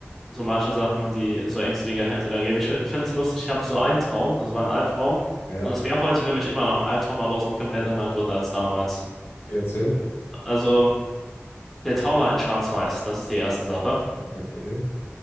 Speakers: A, in the centre; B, on the left.
A: so manche Sachen, die so Ängste, die gar keinen Sinn ergeben. Ich finde es lustig, ich habe so einen Traum, das war ein Albtraum.
B: Ja,
A: Und es wäre heute für mich immer noch ein Albtraum, aber aus einem komplett anderen Grund als damals.
B: okay, erzähl.
A: Also, der Traum war halt in Schwarz-Weiß, das ist die erste Sache.
B: Okay,